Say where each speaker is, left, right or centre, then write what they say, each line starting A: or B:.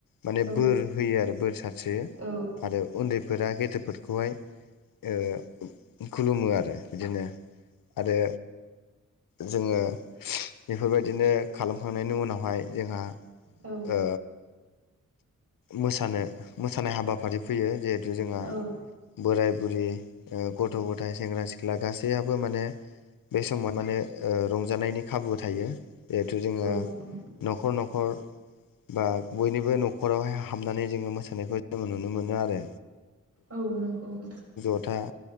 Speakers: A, on the left; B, on the right.
A: माने
B: औ
A: बोर होयो आरो बोर सारस्रियो।
B: औ
A: आरो उन्दैफोरा गेदेरफोरखौहाय। ओ खुलुमो आरो बिदिनो आरो। जोङो बेफोरबायदिनो खालामखांनायनि उनावहाय जोंहा।
B: औ
A: ओ मोसानो मोसानाय हाबाफारि फैयो जिहेथु जोंहा
B: औ
A: बोराय। गुरि ओ गथ' गथाय सेंग्रा सिख्ला गासैयाबबो माने। बे समाव माने रंजानायनि खाबु थायो जिहेथु जोङो न।
B: नंगौ
A: न'खर न'खर। बा बयनिबो न'खरावाय हाबनानै जोङो मोसानायखौ जोङो नुनो मोनो आरो।
B: औ नंगौ नोंथां।
A: था